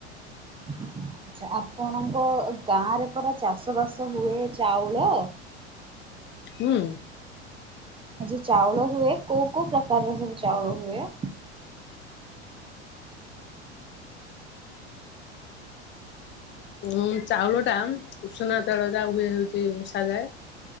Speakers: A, on the right (about 15°); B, on the left (about 35°).
A: <inaudible> ଆଚ୍ଛା ଆପଣଙ୍କ ଗାଁରେ ପରା ଚାଷ ବାସ ହୁଏ ଚାଉଳ?
B: ହୁଁ।
A: ଯୋଉ ଚାଉଳ ହୁଏ କୋଉ କୋଉ ପ୍ରକାରର ସବୁ ଚାଉଳ ହୁଏ?
B: ଉଁ ଚାଉଳ ଟା ଉଷୁନା ଚାଉଳ ଯାହୁଏ ହଉଚି ଉଷା ଯାଏ।